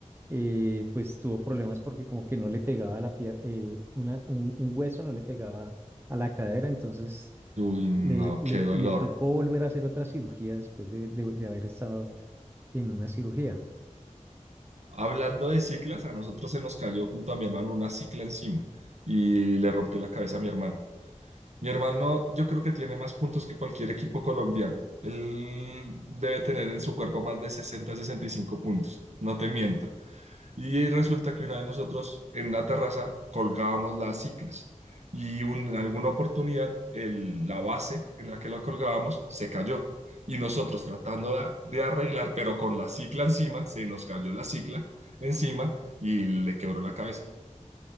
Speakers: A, on the right (about 20°); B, on the right (about 60°).
A: eh, pues tuvo problemas porque como que no le pegaba la pier- eh, una, un, un hueso no le pegaba a la cadera, entonces
B: Uy, no,
A: le, le,
B: qué dolor.
A: le tocó volver a hacer otra cirugía después de, de- de haber estado en una cirugía.
B: Hablando de ciclas, a nosotros se nos cayó junto a mi hermano una cicla encima y le rompió la cabeza a mi hermano. Mi hermano, yo creo que tiene más puntos que cualquier equipo colombiano. Él debe tener en su cuerpo más de sesenta sesenta y cinco puntos. No te miento. Y resulta que una vez nosotros en la terraza colgábamos las ciclas y un- en alguna oportunidad el- la base en la que la colgábamos se cayó. Y nosotros tratándola de arreglar, pero con la cicla encima, se nos cayó la cicla encima y le quebró la cabeza.